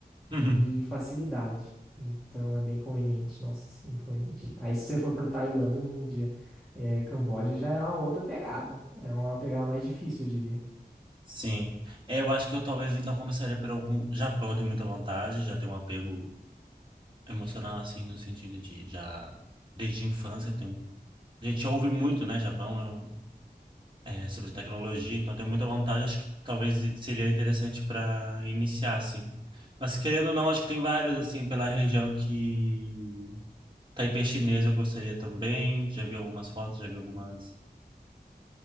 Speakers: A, on the right; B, in the centre.
A: <laughs>
B: e facilidade. Então é bem conveniente, nossa, muito conveniente. Aí se você for pra Tailândia, eh, Camboja já é uma outra pegada. É uma pegada mais difícil, eu diria.
A: Sim. É, eu acho que eu talvez então começaria por algum Japão, eu tenho muita vontade, já tenho um apego emocional assim no sentido de já desde a infância tem um... A gente ouve muito, né, Japão, é um é, sobre tecnologia, então tem muita vantagem. Acho que talvez seria interessante para iniciar, assim. Mas querendo ou não, acho que tem vários, assim, pela região que Taipei chinês eu gostaria também. Já vi algumas fotos, já vi algumas.